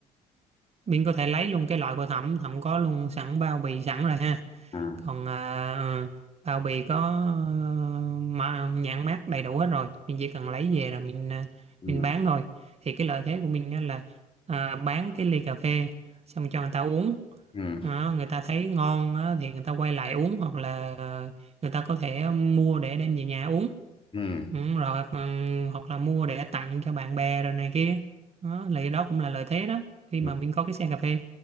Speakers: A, on the right (about 35°); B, on the left (about 30°).
A: mình có thể lấy luôn cái loại của thẩm thẩm có luôn sẵn bao bì sẵn rồi ha
B: À,
A: còn à, ừ, bao bì có ờ, mà nhãn mác đầy đủ hết rồi mình chỉ cần lấy về rồi mình à,
B: ừ,
A: mình bán thôi thì cái lợi thế của mình á là à, bán cái ly cà phê xong cho người ta uống
B: ừ,
A: đó, người ta thấy ngon á, thì người ta quay lại uống hoặc là người ta có thể mua để đem về nhà uống
B: ừ,
A: ừ, rồi ừ, hoặc là mua để tặng cho bạn bè rồi này kia đó, thì đó cũng là lợi thế đó khi
B: ừ,
A: mà mình có cái xe cà phê